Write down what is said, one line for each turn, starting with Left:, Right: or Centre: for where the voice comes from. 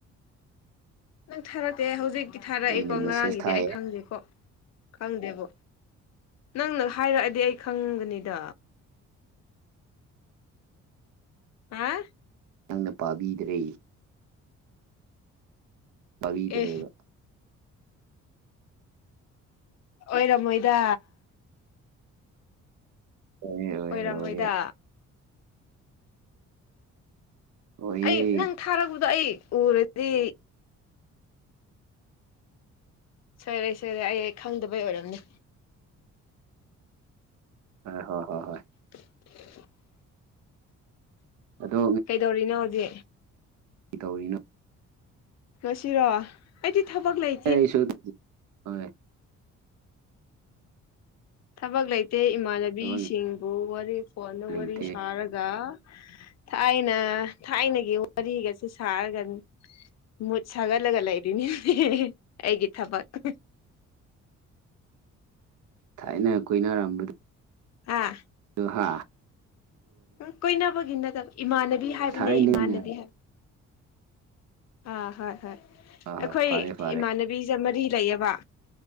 Left: ꯅꯪ ꯊꯥꯔꯛꯇꯦ ꯑꯩ ꯍꯧꯖꯤꯛꯇꯤ ꯊꯥꯔꯛꯏꯀꯣ
Right: ꯑꯩꯅ
Left: ꯉꯔꯥꯡꯒꯤꯗꯤ
Right: ꯃꯦꯁꯦꯁ ꯊꯥꯏꯌꯦ
Left: ꯑꯩ ꯈꯪꯗꯦꯀꯣ ꯈꯪꯗꯦꯕ ꯅꯪꯅ ꯍꯥꯏꯔꯛꯑꯗꯤ ꯑꯩ ꯈꯪꯒꯅꯤꯗ ꯍꯥ
Right: ꯅꯪꯅ ꯄꯥꯕꯤꯗ꯭ꯔꯦ ꯀꯕꯤꯗ꯭ꯔꯦꯕ
Left: ꯑꯦ ꯑꯣꯏꯔꯝꯃꯣꯏꯗ
Right: ꯑꯣꯏꯌꯦ ꯑꯣꯏꯌꯦ
Left: ꯑꯣꯏꯔꯝꯃꯣꯏꯗ
Right: ꯑꯣꯏꯌꯦ ꯑꯣꯏꯌꯦ
Left: ꯑꯩ ꯅꯪ
Right: ꯍꯣꯏ
Left: ꯊꯥꯔꯛꯄꯗꯣ ꯑꯩ ꯎꯔꯗꯤ ꯁꯔꯦ ꯁꯔꯦ ꯑꯩ ꯈꯪꯗꯕꯩ ꯑꯣꯏꯔꯝꯅꯤ
Right: ꯍ ꯍꯣꯏ ꯍꯣꯏ ꯍꯣꯏ
Left: <inaudible>
Right: ꯑꯗꯣ
Left: ꯀꯩꯗꯧꯔꯤꯅꯣ ꯍꯧꯖꯤꯛ
Right: ꯀ ꯇꯧꯔꯤꯅ
Left: ꯉꯁꯤꯔꯣ ꯑꯩꯗꯤ ꯊꯕꯛ ꯂꯩ
Right: ꯑꯦ ꯑꯩꯁꯨꯗ ꯍ
Left: ꯊꯕꯛ ꯂꯩꯇꯦ ꯏꯃꯥꯟꯅꯕꯤꯁꯤꯡꯕꯨ
Right: ꯊꯕꯛ
Left: ꯋꯥꯔꯤ ꯐꯣꯟꯗ
Right: ꯂꯩꯇꯦ
Left: ꯋꯥꯔꯤ ꯁꯥꯔꯒ ꯊꯥꯏꯅ ꯊꯥꯏꯅꯒꯤ ꯋꯥꯔꯤꯒꯁꯦ ꯁꯥꯔꯒꯅꯤ ꯃꯨꯠ ꯁꯥꯒꯠꯂꯒ ꯂꯩꯔꯤꯅꯤ ꯑꯩꯒꯤ ꯊꯕꯛ
Right: ꯊꯥꯏꯅ ꯀꯣꯏꯅꯔꯝꯕꯗꯣ
Left: ꯑꯥ
Right: ꯑꯍ
Left: ꯎ ꯀꯣꯏꯅꯕꯒꯤ ꯅꯠꯇꯕ ꯏꯃꯥꯟꯅꯕꯤ ꯍꯥꯏꯕꯅꯦ
Right: ꯊꯥꯏꯅ
Left: ꯏꯃꯥꯟꯅꯕꯤ ꯍꯥꯏꯕ ꯑꯥ ꯍꯣꯏ ꯍꯣꯏ
Right: ꯍꯣꯏ
Left: ꯑꯩꯈꯣꯏ
Right: ꯍꯣꯏ ꯐꯔꯦ ꯐꯔꯦ
Left: ꯏꯃꯥꯟꯅꯕꯤ ꯕꯤꯁꯦ ꯃꯔꯤ ꯂꯩꯌꯦꯕ